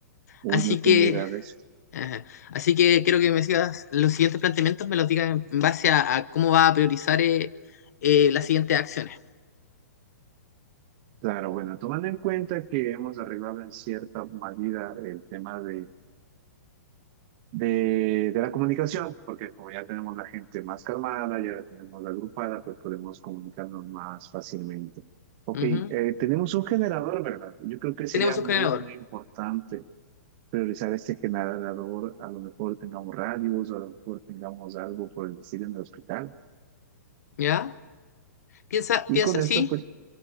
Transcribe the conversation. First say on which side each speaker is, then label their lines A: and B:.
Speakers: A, on the right; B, on the left.
A: uy,
B: Así
A: no tenía
B: que,
A: idea de eso.
B: eh, así que quiero que me sigas los siguientes planteamientos, me los digas en en base a, a cómo va a priorizar eh, eh, las siguientes acciones.
A: Claro, bueno, tomando en cuenta que hemos arreglado en cierta medida el tema de, de, de la comunicación, porque como ya tenemos la gente más calmada, ya la tenemos la agrupada, pues podemos comunicarnos más fácilmente. Ok,
B: Ujú.
A: eh, tenemos un generador, ¿verdad? Yo creo que sería
B: Tenemos
A: muy,
B: un generador,
A: muy importante priorizar este generador. A lo mejor tengamos radios o a lo mejor tengamos algo por el estilo en el hospital.
B: ¿ya? Piensa,
A: Y
B: piensa,
A: con esto,
B: sí,
A: pues,